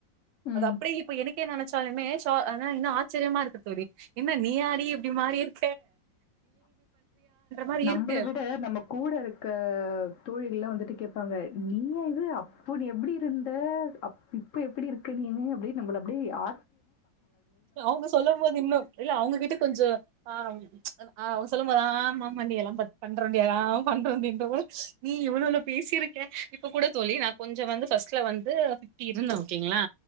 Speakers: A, on the left; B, on the right.
A: ம்
B: அது அப்படியே இப்ப எனக்க என் இன்னும் ஆச்சரியமா இருக்கு தோழி என்ன நீயாடி இப்படி மாரி இருக்கு மாரி
A: நம்பள
B: இருக்கு
A: விட நம்ம கூட இருக்க தோழிகள்லா வந்துட்டு கேப்பாங்க நீயா இது அப்போ நீ எப்டி இருந்த இப்ப எப்டி இருக்க நீனு அப்டி நம்பள அப்டீ ஆ
B: அவங்க சொல்லும் போது இன்னு இல்ல அவங்க கிட் கொஞ்சொ ஆஹ் ஆஹ் அவ்ங்க சொல்லும் போது ஆமாம நீ எல்லா பண்றோன்டி ஆ பண்றதின்னவ நீ எவ்ளோலா பேசிருக்க இப்ப கூட தோளி நான் கொஞ்சொ வந்து ஃபஸ்ட்ல வந்து ஃபிஃப்டி இருந்த ஓகேங்ளா